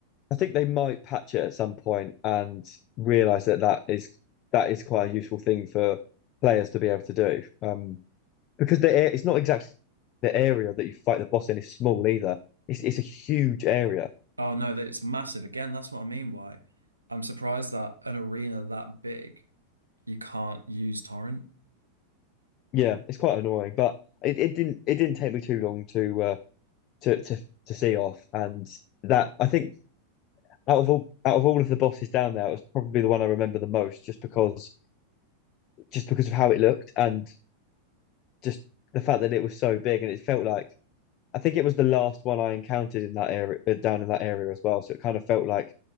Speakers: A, on the left; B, on the right.
A: I think they might patch it at some point and realize that that is that is quite a useful thing for players to be able to do. Um because the a- it's not exactly the area that you fight the boss in is small either. It's it's a huge area.
B: oh no that it's massive again that's what I mean why I'm surprised that an arena that big you can't use torrent
A: Yeah, it's quite annoying, but it, it didn't it didn't take me too long to uh to to to see off and that I think out of all out of all of the bosses down there, it was probably the one I remember the most just because just because of how it looked and just the fact that it was so big and it felt like I think it was the last one I encountered in that area uh, down in that area as well. So it kind of felt like